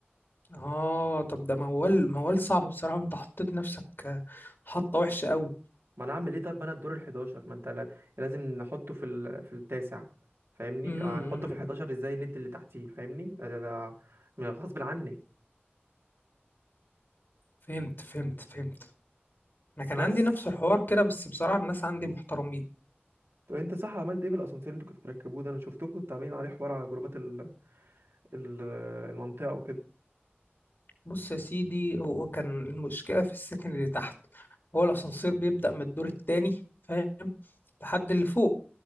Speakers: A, on the left; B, on the right.
A: اه طب ده موال موال صعب بصراحه انت حطيت نفسك آه، حطه وحشه قوي
B: ما انا اعمل ايه طب ما انا الدور الحداشر ما انت لا- لازم نحطه في ال... في التاسع فاهمني
A: امم
B: هحطه في الحداشر ازاي ندي اللي تحتيه فاهمني ده, ده ده غصب عني
A: فهمت فهمت فهمت انا كان
B: بس
A: عندي نفس الحوار كده بس بصراحه الناس عندي محترمين
B: طب انت صح عملت ايه في الاسانسير اللي انتوا كنتوا بتركبوه ده انا شفتكم كنتوا عاملين عليه حوار على جروبات ال... ال... المنطقة وكده
A: بص يا سيدي هو كان المشكلة في السكن اللي تحت هو الأسانسير بيبدأ من الدور التاني فاهم لحد اللي فوق